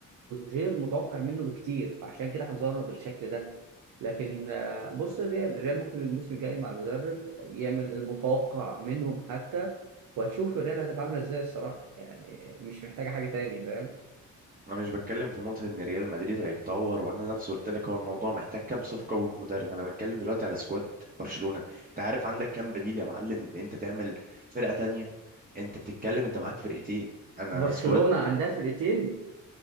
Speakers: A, on the right; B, on the right.
A: غير متوقع منه بكتير فعشان كده هنظهر بالشكل ده لكن آه، بص الريال الريال ممكن الموسم الجاي مع المدرب يعمل المتوقع منهم حتى وهتشوف الريال هتبقى عامله ازاي الصراحه يعني مش محتاجه حاجه تاني فاهم
B: انا مش بتكلم في نقطه ان ريال مدريد هيتطور وانا نفسي قلت لك هو الموضوع محتاج كام صفقه ومدرب انا بتكلم دلوقتي على سكواد برشلونه انت عارف عندك كام بديل يا معلم ان انت تعمل فرقه تانية انت بتتكلم انت معاك فرقتين انا
A: برشلونه
B: سكواد
A: عندها فرقتين